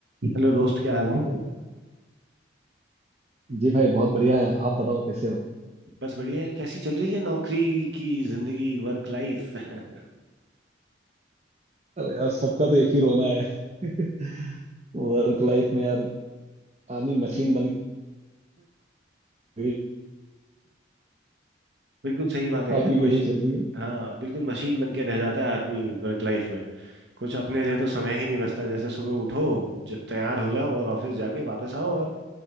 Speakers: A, on the right; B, on the right.
A: Hello दोस्त क्या हाल है
B: जी भाई बहुत बढ़िया है आप बताओ कैसे हो
A: बस बढ़िया यार कैसी चल रही है नौकरी की जिंदगी वर्क लाइफ <laughs>
B: अरे यार सबका तो एक ही रोना है <laughs> वर्क लाइफ में यार आदमी मशीन बन गई
A: बिल्कुल सही बात है
B: <laughs>
A: यार
B: आपकी
A: मशीन
B: कैसी चल रही है
A: हाँ बिल्कुल मशीन बन के रह जाता है आदमी वर्क लाइफ में कुछ अपने लिए तो समय ही नहीं बचता जैसे सुबह उठो ज- तैयार हो जाओ और ऑफिस जाके वापस आओ और